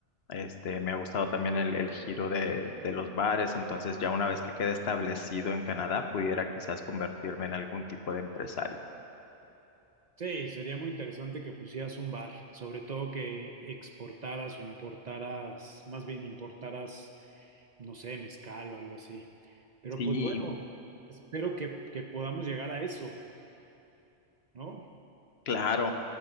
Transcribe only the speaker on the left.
este, me ha gustado también el, el giro de, de los bares, entonces ya una vez que quede establecido en Canadá, pudiera quizás convertirme en algún tipo de empresario.
Sí,
claro,